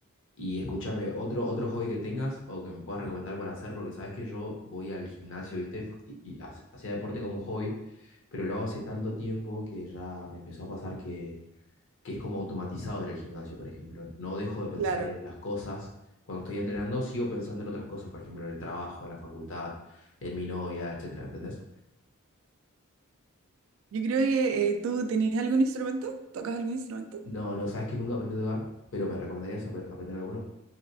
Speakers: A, on the left; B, on the right.
A: Y escúchame, otro, otro hobby que tengas o que me puedas recomendar para hacer, porque sabes que yo voy al gimnasio, ¿viste? Y, y ha- hacía deporte como hobby, pero lo hago hace tanto tiempo que ya me empezó a pasar que que es como automatizado en el gimnasio, por ejemplo. No dejo de pensar
B: claro.
A: en las cosas. Cuando estoy entrenando, sigo pensando en otras cosas, por ejemplo, en el trabajo, en la facultad, en mi novia, etcétera, ¿entendés?
B: Yo creo que eh, tú tenías algún instrumento, tocas algún instrumento.
A: No, no, sabes que nunca aprendí a tocar, pero ¿me recomendarías ap- aprender alguno?